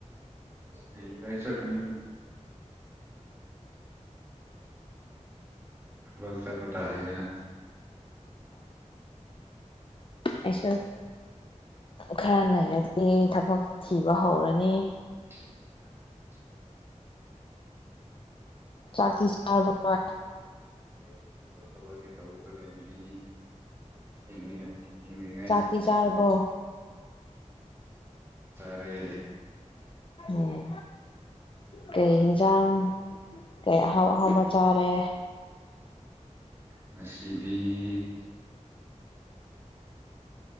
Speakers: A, on the right (about 20°); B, on the left (about 45°).
A: ꯍꯌꯦꯡ ꯀꯥꯏ ꯆꯠꯀꯅꯤ ꯊꯕꯛ ꯆꯠꯄ ꯇꯥꯔꯦꯗꯅ <inaudible>
B: ꯑꯩꯁꯨ ꯈꯔ ꯂꯩꯔꯗꯤ ꯊꯕꯛ ꯊꯤꯕ ꯍꯧꯔꯅꯤ
A: <inaudible>
B: ꯆꯥꯛꯇꯤ ꯁꯆꯥꯔꯕꯣ ꯅꯣꯏ
A: <unintelligible> ꯅꯤ ꯍꯤꯡꯂꯤꯉꯩ ꯍꯤꯡꯂꯤꯉꯩꯁꯤꯗ
B: ꯆꯥꯛꯇꯤ ꯆꯥꯔꯕꯣ
A: ꯊꯕꯛ ꯆꯥꯔꯦ
B: ꯎꯝ ꯀꯔꯤ ꯍꯤꯟꯖꯥꯡ ꯀꯩ ꯑꯍꯥꯎ ꯑꯍꯥꯎꯕ ꯆꯥꯔꯦ
A: ꯉꯁꯤꯗꯤ <inaudible>